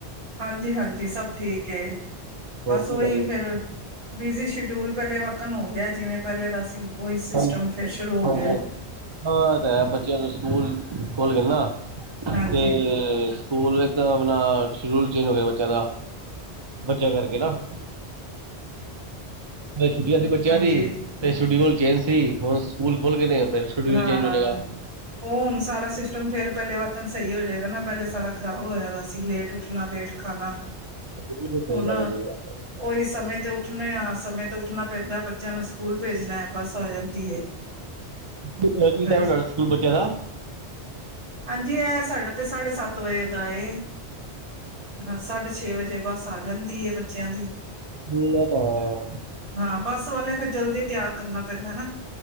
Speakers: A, on the right (about 80°); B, on the right (about 35°).
A: ਹਾਂਜੀ-ਹਾਂਜੀ, ਸਭ ਠੀਕ ਬਸ
B: ਹੋਰ ਕੀ
A: ਓਹੀ
B: ਕਰ ਰਹੇ
A: ਫਿਰ
B: ਸੀ
A: ਬਿਜੀ ਸ਼ਡਿਊਲ ਪਹਿਲੇ ਵਾਕਨ ਹੋ ਗਿਆ, ਜਿਵੇਂ ਪਹਿਲੇ ਦਾ ਸੀ। ਉਹੀ ਸਿਸਟਮ
B: ਹਾਂ
A: ਫੇਰ, ਸ਼ੁਰੂ ਹੋ
B: ਹਾਂਜੀ
A: ਗਿਆ ਐ।
B: ਹਾਂਜੀ ਹਾਂ ਆ ਤਾਂ ਹੈ, ਬੱਚਿਆਂ ਨੂੰ ਸਕੂਲ ਖੁੱਲ੍ਹਗੇ ਨਾ
A: ਹਾਂਜੀ,
B: ਤੇ ਸਕੂਲ ਵਿੱਚ ਆਪਣਾ ਸ਼ੱਡਊਲ ਚੇਂਜ ਹੋ ਗਿਆ, ਬੱਚਿਆਂ ਦਾ ਬੱਚਿਆਂ ਕਰਕੇ ਨਾ। ਛੁੱਟੀਆਂ ਸੀ ਬੱਚਿਆਂ
A: ਹਾਂਜੀ,
B: ਦੀ ਤੇ ਸ਼ਡਿਊਲ ਚੇਂਜ ਸੀ, ਹੁਣ ਸਕੂਲ ਖੁਲ੍ਹ ਗੇ ਨੇ। ਫਿਰ ਸ਼ਡਿਊਲ
A: ਹਾਂ,
B: ਚੇਂਜ ਹੋ ਜਾਏਗਾ
A: ਓ ਹੁਣ ਸਾਰਾ ਸਿਸਟਮ ਫੇਰ ਪਹਿਲੇ ਵਕਨ ਸਈ ਹੋਜੇਗਾ, ਨਾ ਪਹਿਲੇ ਸਾਰਾ ਖ਼ਰਾਬ ਹੋਇਆ ਵਾ ਸੀ ਲੇਟ ਉੱਠਣਾ ਲੇਟ ਖਾਣਾ
B: ਬਿਲਕੁਲ ਸਹੀ
A: ਹੁਣ
B: ਗੱਲ ਹੈ
A: ਓਈ ਸਮੇਂ ਤੇ ਉੱਠਣੇ ਆ ਸਮੇਂ ਤੇ ਉੱਠਣਾ ਪੈਂਦਾ, ਬੱਚਿਆਂ ਨੂੰ ਸਕੂਲ ਭੇਜਣਾ ਬਸ ਆ ਜਾਂਦੀ ਏ।
B: ਕੀ-ਕੀ
A: ਉਹ ਫਿਰ
B: ਟਾਈਮ ਥੋਡੇ ਸਕੂਲ ਬੱਚਿਆਂ ਦਾ?
A: ਹਾਂਜੀ ਐ ਸਾਡੇ ਤੇ ਸਾਢੇ ਸੱਤ ਵਜੇ ਦਾ ਏ। ਹਾਂ, ਸਾਢੇ ਛੇ ਵਜੇ ਬੱਸ ਆ ਜਾਂਦੀ ਏ ਬੱਚਿਆਂ ਦੀ।
B: ਹੂੰ ਐ ਤਾਂ ਹੈ।
A: ਹਾਂ ਬੱਸ ਵਾਲੇ ਫੇਰ ਜਲਦੀ ਤਿਆਰ ਕਰਨਾ ਪੈਂਦਾ ਨਾ,